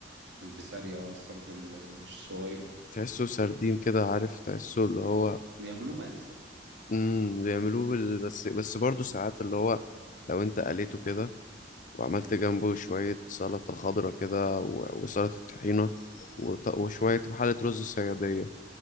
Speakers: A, on the right; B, on the left.
A: البسارية اه السمك ال- الصغير
B: تحسه سردين كده عارف تحسه اللي هو
A: بيعملوه مزه
B: امم بيعملوه بال... بس بس برضو ساعات اللي هو لو انت قليته كده وعملت
A: امم.
B: جنبه شوية سلطة خضرة كده و... وسلطة طحينة وط... وشوية وحالة رز صيادية